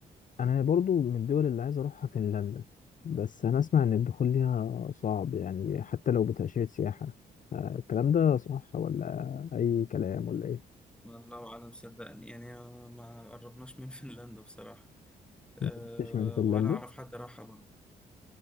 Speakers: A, on the left; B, in the centre.
A: انا برضو من الدول اللي عايز اروحها فنلندا بس انا اسمع ان الدخول ليها صعب يعني حتى لو بتأشيرة سياحة آه، الكلام ده صح ولا اي كلام ولا ايه
B: والله أعلم صدقني يعني آه، ما قربناش من <laughs> فنلندا بصراحة أه
A: ما كنتش من فنلندا
B: ولا أعرف حد راحها برضه